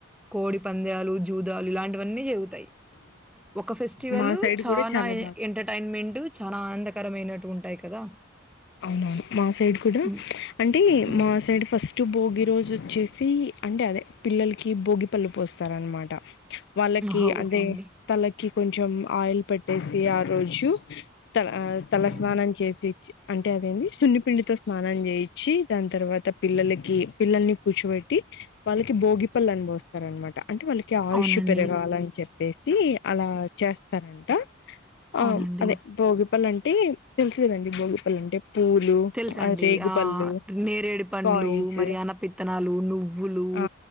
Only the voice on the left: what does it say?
మా సైడ్
కూడా చాలా
బాగా
అవునవును మా సైడ్ కూడా
అంటే
మా సైడ్ ఫస్ టు భోగి రోజు వచ్చేసి అంటే అదే పిల్లలకి భోగి పళ్ళు పోస్తారు అనమాట వాళ్ళకి
అదే
తలకి కొంచెం ఆయిల్ పెట్టేసి ఆ రోజు త ఆ
తల
స్నానం చేసి అంటే అదేమీ సున్నిపిడితో స్నానం చేయించిి దాని తర్వాత పిల్లలకి పిల్లల్ని కూర్చోబెట్టి వాళ్ళకి భోగిపల్లున్ పోస్తార్ అనమాట అంటే వాళ్ళకి కే ఆయుష్
పెరగాలని చెప్పేసి అలా చేస్తారంట
ఆ అదే భోగిపల్ అంటే తెలుసు కదండీ భోగిపల్ అంటే పూలు
రేగుపళ్ళు
కాయిన్స్
ఆ